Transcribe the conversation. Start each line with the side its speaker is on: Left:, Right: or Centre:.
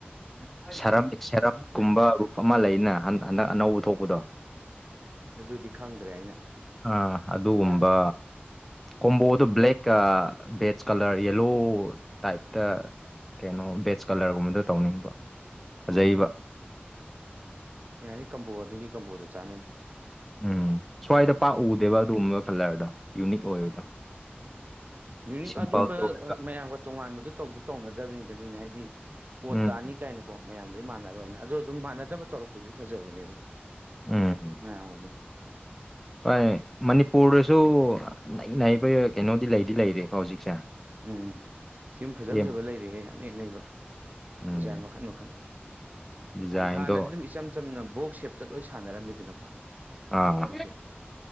Right: ꯎꯝ
Centre: ꯁꯔꯝꯃꯤ ꯁꯦꯔꯝ ꯀꯨꯝꯕ ꯔꯨꯨꯞ ꯑꯃ ꯂꯩꯅ ꯍꯟꯗꯛ ꯑꯅꯧꯕ ꯊꯣꯛꯄꯗꯣ
Right: ꯑꯗꯨꯗꯤ ꯈꯪꯗ꯭ꯔꯦ ꯑꯩꯅ
Centre: ꯑꯥ ꯑꯗꯨꯒꯨꯝꯕ ꯀꯣꯝꯕꯣꯗꯣ ꯕ꯭ꯂꯦꯛꯀ ꯕꯦꯆ ꯀꯂ꯭ꯔ ꯌꯦꯜꯂꯣ ꯇꯥꯏꯞꯇ ꯀꯩꯅꯣ ꯕꯦꯆ ꯀꯂ꯭ꯔꯒꯨꯝꯕꯗꯣ ꯇꯧꯅꯤꯡꯕ ꯐꯖꯩꯕ
Right: ꯑꯣ ꯌꯥꯅꯤ ꯀꯝꯕꯣ ꯑꯗꯨꯒꯤ ꯀꯝꯕꯣꯗꯣ ꯆꯥꯟꯅꯅꯤ
Centre: ꯎꯝ ꯁ꯭ꯋꯥꯏꯗ ꯄꯥꯛ ꯎꯗꯦꯕ ꯑꯗꯨꯒꯨꯝꯕ ꯀꯂ꯭ꯔꯗꯣ ꯌꯨꯅꯤꯛ ꯑꯣꯏ
Right: ꯎꯝ ꯌꯅꯤꯛ
Centre: ꯁꯤꯝꯄꯜꯗ
Right: ꯑꯗꯨꯝꯕ
Centre: ꯑꯣꯏꯕ
Right: ꯃꯌꯥꯝꯒ ꯇꯣꯉꯥꯟꯕꯗꯨ ꯇꯧꯖꯨ ꯇꯧꯅꯗꯕꯅꯤꯗ ꯃꯤꯅ ꯍꯥꯏꯗꯤ ꯑꯣꯠ
Centre: ꯎꯝ
Right: ꯇꯥꯅꯤ ꯀꯥꯏꯅ ꯀꯣ ꯃꯌꯥꯝꯗꯩ ꯃꯥꯟꯅꯔꯣꯏꯅ ꯑꯗꯣ ꯑꯗꯨꯝ ꯃꯥꯟꯅꯗꯕ ꯇꯧꯔꯛꯄꯖꯨ ꯐꯖꯕꯅꯦꯕ ꯑꯗꯨꯝ
Centre: ꯎꯝ
Right: ꯃꯌꯥꯝꯒ ꯑꯗꯨꯝ
Centre: ꯍꯣꯏ ꯃꯅꯤꯄꯨꯔꯗꯁꯨ ꯅꯩ ꯅꯥꯩꯕ ꯀꯩꯅꯣꯗꯤ ꯂꯩꯗꯤ ꯂꯩꯔꯤꯀꯣ ꯍꯧꯖꯤꯛꯁꯦ
Right: ꯎꯝ ꯌꯨꯝ ꯐꯖ
Centre: ꯁꯦꯝꯕ
Right: ꯐꯖꯕ ꯂꯩꯔꯦꯍꯩ ꯑꯅꯩ ꯑꯅꯩꯕ
Centre: ꯎꯝ
Right: ꯗꯤꯖꯥꯏꯟ ꯃꯈꯟ ꯃꯈꯟ
Centre: ꯗꯤꯖꯥꯏꯟꯗꯣ
Right: ꯑꯗꯤ ꯍꯥꯟꯅꯗꯤ ꯑꯗꯨꯝ ꯏꯆꯝ ꯆꯝꯅ ꯕꯣꯛꯁ ꯁꯦꯞꯇ ꯂꯣꯏ ꯁꯥꯟꯅꯔꯝꯃꯤꯗꯅꯀꯣ
Centre: ꯑꯥ
Right: ꯌꯧꯒꯦ